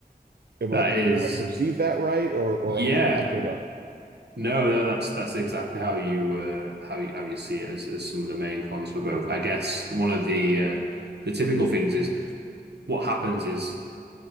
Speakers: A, on the right (about 70°); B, on the right (about 85°).
A: am
B: That
A: I do
B: is,
A: I perceive that right or or
B: yeah,
A: am I thinking about
B: no, no, that's that's exactly how you uh, how you how you see it as as some of the main cons for both. I guess one of the uh, the typical things is what happens is